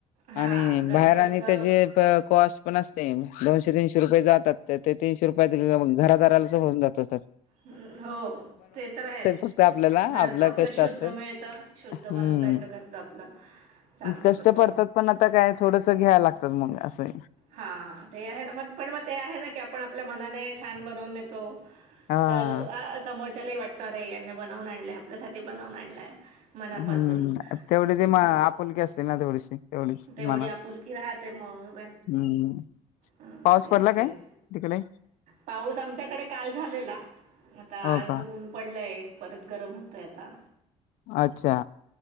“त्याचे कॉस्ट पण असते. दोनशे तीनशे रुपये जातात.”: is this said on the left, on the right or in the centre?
Left